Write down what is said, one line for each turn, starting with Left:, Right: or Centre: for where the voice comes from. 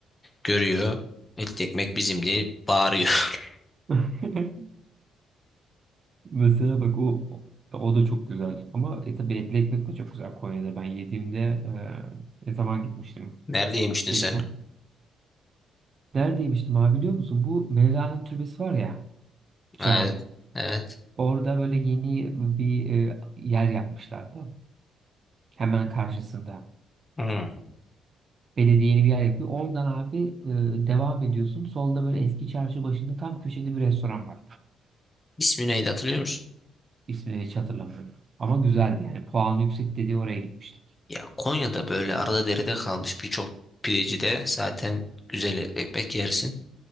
Left: Görüyor. İlk ekmek bizim diye bağırıyor.
Right: <laughs> Mesela bak o o da çok güzel. Ama e, tabii etli ekmek de çok güzel Konya'da. Ben yediğimde e, ne zaman gitmiştim?
Left: <laughs> Nerede yemiştin
Right: Geçen.
Left: sen?
Right: Nerede yemiştim abi biliyor musun? Bu Mevlana Türbesi var ya cami.
Left: Evet. Evet.
Right: Orada böyle yeni bir e, yer yapmışlardı. Hemen karşısında.
Left: Hmm.
Right: Belediye yeni bir yer yapıyor. Oradan abi e, devam ediyorsun. Solda böyle eski çarşı başında tam köşede bir restoran var.
Left: İsmi neydi hatırlıyor musun?
Right: İsmini hiç hatırlamıyorum. Ama güzeldi yani. Puan yüksek dediği oraya gitmiştik.
Left: Ya Konya'da böyle arada derede kalmış birçok pidecide zaten güzel etli ekmek yersin.